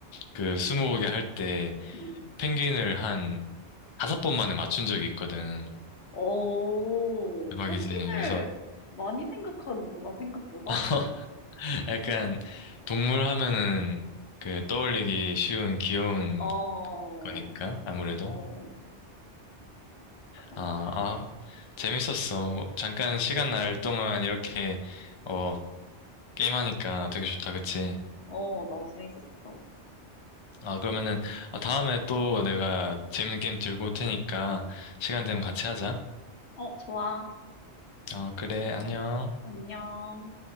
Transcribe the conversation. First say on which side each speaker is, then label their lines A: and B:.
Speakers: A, on the left; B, on the left.
A: 그 스무고개 할 때
B: 음.
A: 펭귄을 한 다섯 번 만에 맞춘 적이 있거든.
B: 어
A: 대박이지.
B: 펭귄을
A: 그래서
B: 많이 생각하는구나, 생각보다.
A: <laughs> 약간 동물 하면은 그 떠올리기 쉬운 귀여운
B: 어,
A: 거니까 아무래도
B: 어, 그래.
A: 아, 아 재밌었어. 뭐 잠깐 시간 날 동안 이렇게 어 게임하니까 되게 좋다, 그치?
B: 어, 나 재밌었어.
A: 아 그러면은 어, 다음에 또 내가 재밌는 게임 들고 올 테니까 시간 되면 같이 하자.
B: 어, 좋아.
A: 어 그래, 안녕.
B: 안녕.